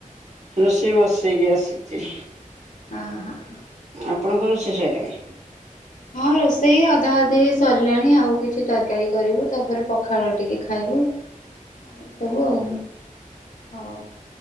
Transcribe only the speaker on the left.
ହଁ ହଁ।
ହଁ ରୋଷେଇ ଅଧା ଅଧି ସରିଲାଣି, ଆଉ କିଛି ତରକାରୀ କରିବୁ ତାପରେ ପଖାଳ ଟିକେ ଖାଇବୁ। ହ ଏସବୁ ଆଉ ହଉ